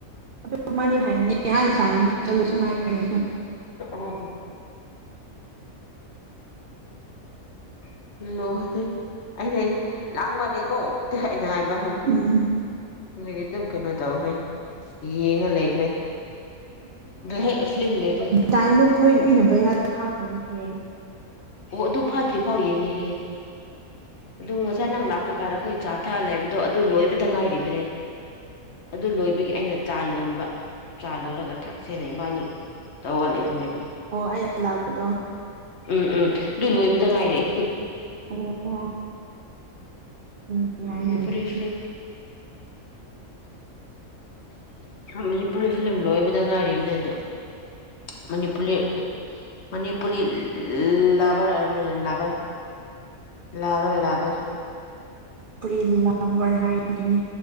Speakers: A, on the right; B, on the left.
A: ꯑꯗꯨ ꯃꯥꯗꯤ ꯍꯥꯏꯅꯤ ꯍꯥꯟꯅ ꯁꯥꯟꯅꯕꯅꯕ ꯆꯠꯂꯣ ꯁꯉꯔ ꯑꯗꯨꯝ
B: ꯎꯝ <unintelligible> ꯂꯥꯥꯡꯃꯥꯜꯂꯩꯀꯣ ꯅ ꯍꯥꯏꯕ
A: ꯎꯝ
B: ꯑꯗꯨꯗꯒꯤ ꯑꯗꯨꯝ ꯀꯩꯅꯣ ꯇꯧꯈ꯭ꯔꯦ ꯌꯦꯡꯉ ꯂꯩꯈ꯭ꯔꯦ ꯍꯦ ꯐꯤꯂꯝ ꯂꯣꯏꯕ
A: ꯗꯥꯏꯂꯣꯛ ꯈꯈꯣꯏ ꯂꯣꯏꯅꯕ ꯌꯥꯗ ꯊꯥꯈ꯭ꯔꯅꯤꯌꯦꯦ
B: ꯑꯣ ꯑꯗꯨ ꯐꯥꯗ꯭ꯔꯤ ꯐꯥꯎ ꯌꯦꯡꯉꯦꯍꯦ ꯑꯗꯨ ꯉꯁꯥꯏ ꯅꯪ ꯂꯥ ꯊꯄ ꯀꯥꯟꯗ ꯑꯩꯈꯣꯏ ꯆꯥ ꯊꯛꯑꯒ ꯂꯩꯕꯗꯣ ꯑꯗꯨ ꯂꯣꯏꯕꯗ ꯉꯥꯏꯔꯤꯕꯅꯦ ꯑꯗꯨ ꯂꯣꯏ ꯑꯗꯨꯒꯤ ꯑꯩꯅ ꯆꯥ ꯂꯣꯟꯕ ꯆꯥ ꯂꯣꯜꯂꯒ ꯊꯛ ꯁꯦ ꯏꯕꯥꯅꯤ ꯇꯧꯔ ꯂꯩꯕꯅꯦꯕ
A: ꯑꯣ ꯑꯩꯅ ꯂꯥꯛꯄꯗꯣ
B: ꯎꯝ ꯎꯝ ꯑꯗꯨ ꯂꯣꯏꯕꯗ ꯉꯥꯏꯔꯑꯦ
A: ꯑꯣ ꯎꯝ ꯌꯥꯏꯅꯦ
B: ꯑ
A: ꯑꯗꯨ
B: ꯄꯨꯁꯂ ꯃꯅꯤꯄꯨꯔꯤ ꯐꯤꯂꯝ ꯂꯣꯏꯕꯗ ꯉꯥꯏꯔꯤꯕꯅꯦ ꯑꯗꯣ ꯃꯅꯤꯄꯨꯨꯔ ꯃꯅꯤꯄꯨꯨꯔ ꯂꯕꯔ ꯑꯣꯏꯔꯃꯤ ꯂꯩ ꯂꯕ ꯂꯦꯕꯦꯜ ꯂꯦꯕꯦꯜ
A: ꯐꯔꯤ ꯂꯚꯔ ꯍꯥꯏꯗꯨꯅꯤ